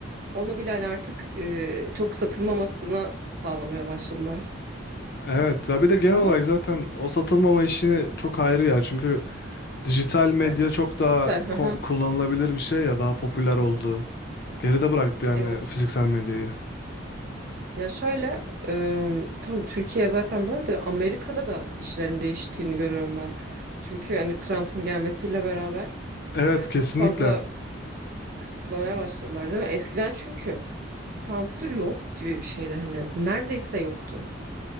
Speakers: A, on the right; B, on the left.
A: onu bile hani artık e, çok satılmamasını sağlamaya başladılar.
B: Evet ya bir de genel
A: Ama
B: olarak zaten o satılmama işini çok ayrı ya. Çünkü dijital medya
A: evet
B: çok daha
A: güzel. Hı
B: ko-
A: hı.
B: kullanılabilir bir şey ya daha popüler oldu. Geride bıraktı yani
A: Evet.
B: fiziksel medyayı.
A: Ya şöyle e, tamam Türkiye zaten böyle de Amerika'da da işlerin değiştiğini görüyorum ben. Çünkü hani Trump'ın gelmesiyle beraber
B: Evet
A: yani
B: kesinlikle.
A: çok fazla kısıtlamaya başladılar değil mi? Eskiden çünkü sansür yok gibi bir şeydi hani neredeyse yoktu.